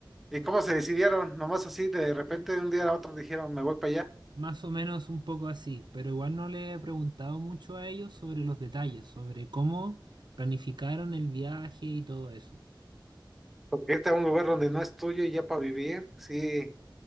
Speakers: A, in the centre; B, on the right.
A: ¿Y cómo se decidieron? Nomás así, de repente, de un día a otro dijeron, me voy para allá.
B: más o menos un poco así, pero igual no le he preguntado mucho a ellos sobre los detalles, sobre cómo planificaron el viaje y todo eso.
A: Porque irte a un lugar donde no es tuyo y ya para vivir, sí,